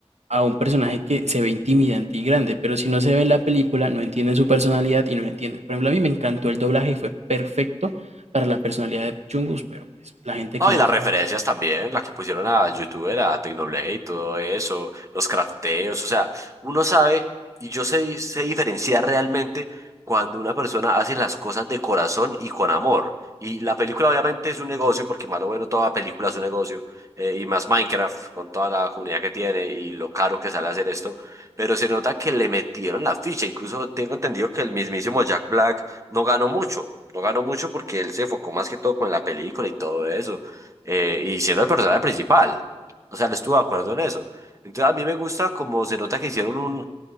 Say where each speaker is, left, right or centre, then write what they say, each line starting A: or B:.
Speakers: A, on the right; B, on the right.
A: a un personaje que se ve intimidante y grande? Pero si no se ve en la película, no entienden su personalidad y no la entienden. Por ejemplo, a mí me encantó el doblaje y fue perfecto para la personalidad de Vic Chungus, pero pues la gente
B: No,
A: que
B: y
A: no
B: las
A: sabe.
B: referencias también, las que pusieron a YouTuber, a Tecnoblade, todo eso, los crafteos, o sea, uno sabe y yo sé, sé diferenciar realmente cuando una persona hace las cosas de corazón y con amor. Y la película obviamente es un negocio, porque más o menos toda película es un negocio, eh, y más Minecraft con toda la comunidad que tiene y lo caro que sale hacer esto, pero se nota que le metieron la ficha, incluso tengo entendido que el mismísimo Jack Black no ganó mucho. No ganó mucho porque él se enfocó más que todo con la película y todo eso eh, y siendo el personaje principal. O sea, no estuve de acuerdo en eso. Entonces, a mí me gusta como se nota que hicieron un,